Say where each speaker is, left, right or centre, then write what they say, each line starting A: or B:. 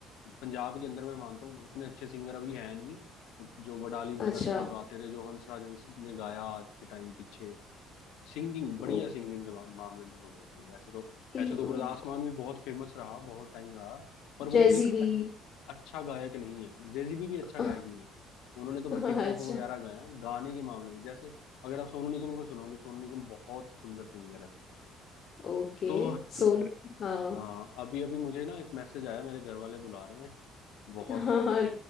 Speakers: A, on the left; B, on the left.
A: पंजाब के अंदर मैं मानता हूँ उतने अच्छे सिंगर अभी है नहीं जो वडाली ब्रदर्स
B: अच्छा
A: जो गाते थे जो हंसराज हंस ने गाया आज के टाइम पीछे सिंगिंग बढ़िया
B: ओ,
A: सिंगिंग के मा- मामले में मैं बोल रहा हूँ वैसे तो ऐसे
B: ई-
A: तो गुरदास
B: उ-
A: मान भी बहुत फेमस रहा बहुत टाइम रहा पर वो
B: जैजी
A: एक
B: भी
A: अ- अच्छा गायक नहीं है जेजीबी भी अच्छा
B: <laughs>
A: गायक नहीं है उन्होंने तो बस
B: अच्छा
A: हिप हॉप वगैरह गाए हैं गाने के मामले में जैसे अगर आप सोनू निगम को सुनोगे सोनू निगम बहुत सुंदर सिंगर है
B: ओके
A: तो
B: सोनू हाँ
A: हाँ अभी अभी मुझे ना एक मैसेज आया मेरे घर वाले बुला रहे हैं बहुत
B: हाँ हाँ